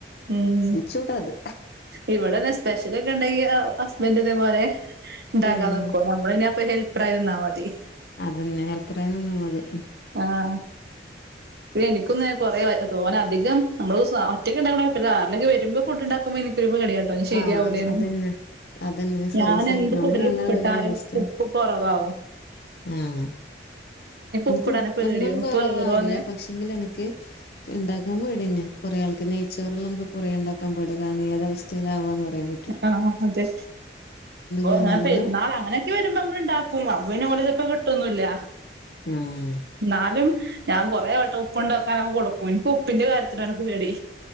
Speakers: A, on the right (about 65°); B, on the left (about 60°).
A: ഉം
B: ചൂട്ടത്
A: ഇവിടെ സ്പെഷ്യൽ ഒക്കെ ഉണ്ടെങ്കി ഹസ്ബൻഡ് ഇതേ പോലെ ഉണ്ടാക്കാൻ
B: ഏഹ്
A: നിക്കു നമ്മൾ പിന്നെ ഹെൽപ്പറായി നിന്നാൽ മതി
B: അതനെ ഹെൽപ്പറായി നിന്നാൽ മതി
A: ആഹാ എ എനിക്കൊന്ന് കുറേ ഓർ അധികം നമ്മള്സ ഒറ്റക് ഉണ്ടാക്കണ കൊയ്‌പില്ലാ ആരെങ്കിലൊക്കെ വരുമ്പോ ഫുഡ് ഉണ്ടാക്കുമ്പോ എനി ഒരു പേടിയാണ് ശെരിയാവൂലെനു
B: ആഹ് അതന്നെ അതന്നെ സോ
A: ഞാൻ
B: ഈ സെയിം
A: എന്ത്
B: നമ്മ
A: ഫുഡിലും
B: രണ്ടാളും
A: ഉപ്പിട്ടാലും
B: ഒരേ അവസ്ഥയാ
A: ഉപ്പ് കൊറവാവും
B: ആഹ് എനിക്ക്
A: ഉപ്പിടാൻ
B: ഉപ്പൊന്നും
A: പേടിയാണ്
B: കൊറവാവൂല
A: ഉപ്പ് ഏറോന്ന്
B: പക്ഷെ എങ്കിലും എനക്ക് ഇണ്ടാക്കാൻ പേടിയന്നെയാ കൊറെ ആൾക്ക് നെയ്‌ച്ചോറലോ എനക്ക് കുറെ ഇണ്ടാക്കാൻ ടുകാണ് ഏതവസ്ഥയിലവാന്ന് പറയാൻ പ
A: ആഹാ അതെ ഓ
B: ഞാൻ
A: അങ്ങനെ
B: അതെല്ലാം
A: പെരുന്നാൾ അങ്ങനെയൊക്കെ വരുമ്പോ നമ്മൾ ഇണ്ടാക്കും അപ്പൊ പിന്ന ഒരേ ചിലപ്പോ കിട്ടന്നുല്ല
B: അഹാ
A: എന്നാലും ഞാൻ കൊറേ വട്ടം ഉപ്പ് ഉണ്ടോ നോക്കാൻ കൂടെ പോകും എനിക്ക് ഉപ്പിന്റെ കാര്യത്തില നിക്ക് പേടി